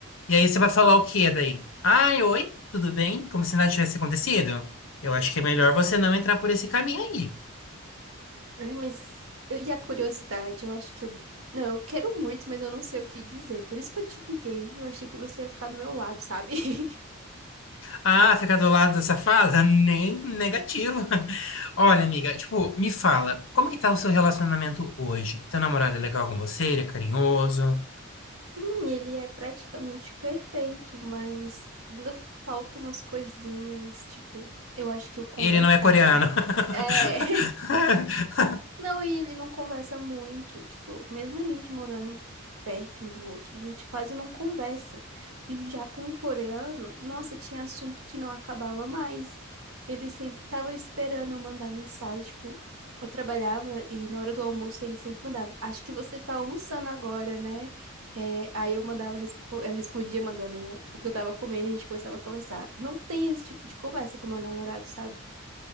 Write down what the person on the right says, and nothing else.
Ai, mas eu- e a curiosidade? Eu acho que eu. Não, eu quero muito, mas eu não sei o que dizer. Por isso que eu te liguei. Eu achei que você ia ficar do meu lado, sabe? <laughs>
Sim, ele é praticamente perfeito, mas ainda faltam umas coisinhas. Tipo, eu acho que o conversar
mesmo.
É. Não, e ele não conversa muito. Tipo, mesmo a gente morando perto um do outro, a gente quase não conversa. E já com o coreano, nossa, tinha assunto que não acabava mais. Ele sempre tava esperando eu mandar mensagem. Tipo, eu trabalhava e na hora do almoço ele sempre mandava: Acho que você tá almoçando agora, né? É, aí eu mandava, respo- eu respondia mandando o que eu tava comendo e a gente começava a conversar. Não tem esse tipo de conversa com meu namorado, sabe?